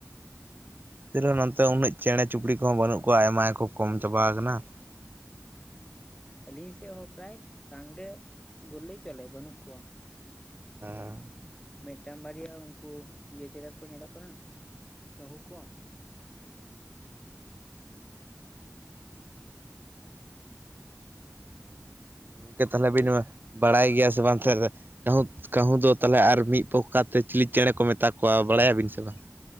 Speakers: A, on the right; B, on the left.
A: <unintelligible> ᱦᱚᱸ ᱱᱚᱛᱮ ᱩᱱᱟᱹᱜ ᱪᱮᱬᱮ ᱪᱩᱯᱲᱤ ᱠᱚᱦᱚᱸ ᱵᱟᱹᱱᱩᱜ ᱠᱚᱣᱟ ᱟᱭᱢᱟ ᱜᱮ ᱠᱚ ᱠᱚᱢ ᱪᱟᱵᱟ ᱟᱠᱟᱱᱟ ᱾
B: ᱟᱹᱞᱤᱧ ᱥᱮᱫ ᱦᱚᱸ ᱯᱨᱟᱭ ᱵᱟᱝᱜᱮ ᱵᱚᱞᱞᱮᱭ ᱪᱚᱞᱮ ᱵᱟᱹᱱᱩᱜ ᱠᱚᱣᱟ ᱾
A: ᱦᱮᱸ ᱾
B: ᱢᱤᱫᱴᱟᱝ ᱵᱟᱨᱭᱟ ᱩᱱᱠᱩ ᱤᱭᱟᱹ ᱪᱮᱬᱮ ᱠᱚ ᱧᱮᱞᱚᱜ ᱠᱟᱱᱟ ᱠᱟᱹᱦᱩ ᱠᱚ ᱾
A: ᱜᱚᱝᱠᱮ ᱛᱟᱦᱚᱞᱮ ᱟᱵᱤᱱ
B: ᱦᱟᱹᱵᱤᱱ
A: ᱢᱟ ᱵᱟᱲᱟᱭ ᱜᱮᱭᱟ ᱥᱮ ᱵᱟᱝ ᱛᱟᱦᱞᱮ? ᱠᱟᱹᱦᱩ ᱠᱟᱹᱦᱩ ᱫᱚ ᱛᱟᱦᱚᱞᱮ ᱟᱨ ᱢᱤᱫ ᱯᱚᱠᱟᱛᱮ ᱪᱤᱞᱤ ᱪᱮᱬᱮ ᱠᱚ ᱢᱮᱛᱟ ᱠᱚᱣᱟ ᱵᱟᱲᱟᱭᱟᱵᱤᱱ ᱥᱮ ᱵᱟᱝ?